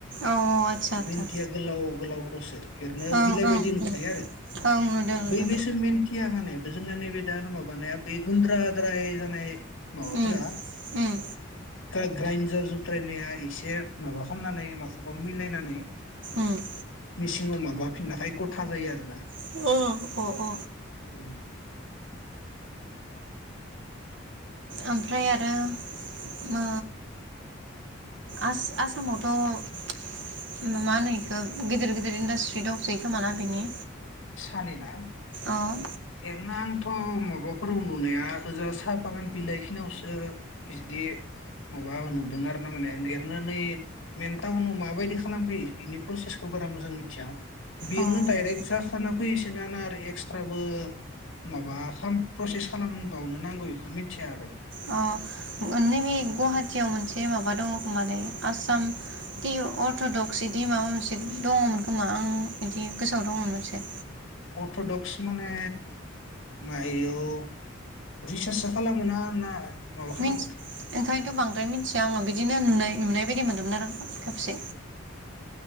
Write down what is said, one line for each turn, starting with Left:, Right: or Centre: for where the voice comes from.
Right: औ आतसा
Left: ग्रिन
Right: आतसा
Left: टिया गोलाव गोलावल'सो ओरैनो
Right: ओं
Left: बिलाइ बायदि
Right: ओं
Left: नुखायो
Right: ओं
Left: आरो
Right: ओं नुदों नुदों
Left: बैबेसो मेन टिया माने जोंनिया नैबे <unintelligible> माबानाया बे गुन्द्रा द्राय जानाय माबाफोरा
Right: उम उम
Left: ग्रा-ग्राइन्जार जुद्रायनाया एसे माबा खालामनानै माखौबा मिलायनानै
Right: उम
Left: मेचिन माबा फिननायखाय गथा जायो आरोना
Right: अ अ अ
Left: उम।
Right: ओमफ्राय आरो ओ आस-आसामावथ' मा होनो इखौ गिदिर गिदिर इन्डासट्रि दंसै खोमाना बिनि?
Left: सानि ना
Right: अ'
Left: <unintelligible> थ' माबाफोराव नुनाया ओजा साहा बागान बिलाइ खिनावसो बिदि माबा नुदों आरोना माने एरनानै मेन टाउनाव माबायदि खालामफैयो बेनि प्रसेसखौ बारा मोजां मिथिया बेयावनो
Right: आतसा
Left: दाइरेक्ट जाखाना फैयोसोना ना आरो एक्सट्राबो माबा खाम प्रसेस खालामबावनो नांगौ इखौ मिथिया आरो।
Right: अ नैबे गुवाहाटियाव मोनसे माबा दङ'। माने आसाम टि अर्थडक्स इदि माबा मोनसे दङमोन खो खोमा आं इदि गोसोआव दङमोन। से।
Left: अर्थ'डक्स माने मायाव रिसार्चो खालामो ना ना माबा खालामो।
Right: मिन्थि ओंखायनोथ' बांद्राय मिथिया आं बिनो नुनाय नुनाय बायदि मोन्दोंमोन आरो। खेबसे।